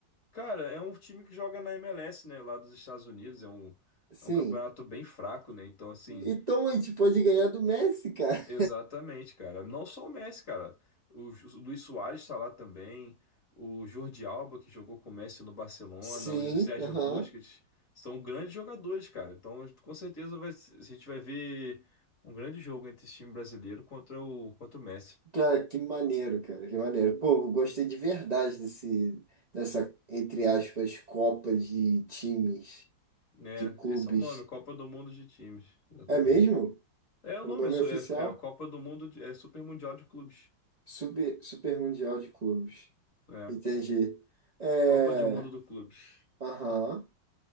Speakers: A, on the left; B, on the right.
A: Cara, é um time que joga na MLS, né? Lá dos Estados Unidos. É um,
B: Sim.
A: é um campeonato bem fraco, né? Então, assim.
B: Então a gente pode ganhar do Messi, cara.
A: Exatamente, cara. Não só o Messi, cara. O Ju- o Luis Soares está lá também. O Jordi Alba, que jogou com o Messi no Barcelona.
B: Sim,
A: O Ju- Sérgio
B: aham.
A: Busquets. São grandes jogadores, cara. Então, com certeza, vai, se- a gente vai ver um grande jogo entre esse time brasileiro contra o, contra o Messi.
B: Cara, que maneiro, cara, que maneiro. Pô, eu gostei de verdade desse, dessa, entre aspas, Copa de times,
A: Né?
B: de clubes.
A: Esse é o nome, Copa do Mundo de Times. Exatamente.
B: É mesmo?
A: É o
B: O
A: nome,
B: nome
A: é, su-
B: oficial?
A: é, é Copa do Mundo, de- é Super Mundial de Clubes.
B: Super, Super Mundial de Clubes.
A: É,
B: Entendi. É,
A: Copa do Mundo do Clubes.
B: aham.